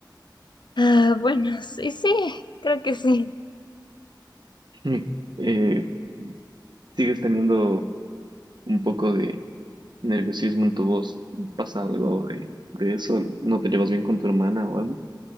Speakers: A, on the left (about 70°); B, on the right (about 65°).
A: Ah, bueno, sí, sí, creo que sí.
B: bien? Mm. Eh, ¿sigues teniendo un poco de nerviosismo en tu voz. ¿Pasa algo de, de eso? ¿No te llevas bien con tu hermana o algo?